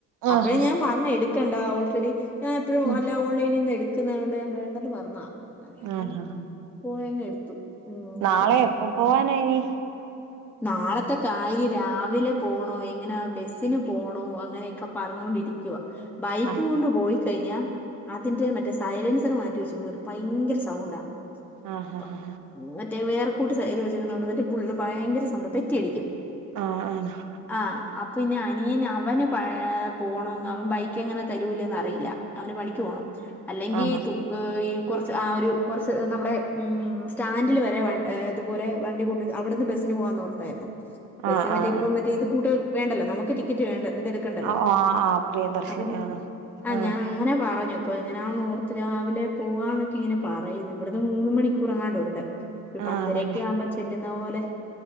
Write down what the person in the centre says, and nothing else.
അപ്പോഴേ
ഞാൻ പറഞ്ഞേ എടുക്ക്ണ്ടാ ഓൾ എടി ഞാൻ എപ്പഴും
അല്ല ഓൺലൈൽ നിന്ന് എടു ക്ക്ന്നയോണ്ട് വേണ്ടെന്ന് പറന്നാ അന്നേരം
പോയങ്ങ് എടുത്തു ഉം
പിന്നെ
എന്തരു
നാളത്തെ കാര്യം രാവിലെ പോണോ എങ്ങനാ ബസ്സിന് പോണോ അങ്ങനെയൊക്കെ പറഞ്ഞോണ്ടിരിക്കുവാ. ബൈക്കും
കൊണ്ട് പോയി കഴിഞ്ഞാ അതിന്റെ മറ്റേ സൈലൻസറ് മാറ്റി വെച്ചക്കുന്നോണ്ട് ഭയങ്കര സൗണ്ടാ
പ്പ
ഉം മറ്റേത് വേറെ പൂട്ട് സൈ <unintelligible> വച്ചേക്കുന്നോണ്ട് വല്ല്യ ബുള്ള് ഭയങ്കര സ് സൗണ്ടാ പെറ്റിയടിക്കും.
ആ അപ് പിന്നെ അനിയന് അവന് പ പോണം അവൻ ബൈക്ക് എങ്ങന തരൂലേന്ന് അറിയില്ല. അവന് പണിക്ക് പോണം അല്ലെങ്കി
തു ഈ കൊറച്ച് ആ ഒരു കൊറച്ച് നമ്മുടെ ഉം സ്റ്റാൻഡിൽ വരെ വ ഇതുപോലെ വണ്ടി കൊണ്ട് അവിടുന്ന് ബസ്സിന് പോവാന്നോർ ത്തായ്ര്ന്നു. ബസ്സിന്
മറ്റേ
ഇപ്പം മറ്റേ ഇത് കൂട്ട് വേണ്ടല്ലോ നമുക്ക് ടിക്കറ്റ് വേണ്ട് ഇതെടുക്കണ്ടല്ലോ
അവൻ
ആ ഞാൻ അങ്ങനെ പറഞ്ഞു ഇപ്പൊ എങ്ങനെയാന്നോർത്ത് രാവിലെ പോകാന്നെക്കെ ഇങ്ങനെ പറയ്ന്ന് ഇവിടന്ന് മൂന്ന് മണിക്കൂറെങ്ങാണ്ട് ഉണ്ട്. ഒരു പത്തരെയക്കെ
ആവുമ്പോ ചെല്ലു ന്ന പോലെ